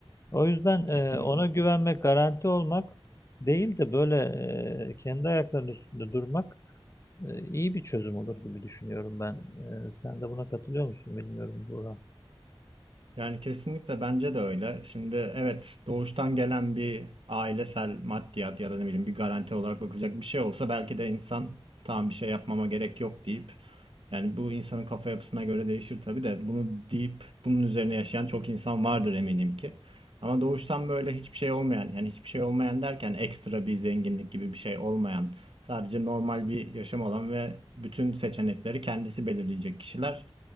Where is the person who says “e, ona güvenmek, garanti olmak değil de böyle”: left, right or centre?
Left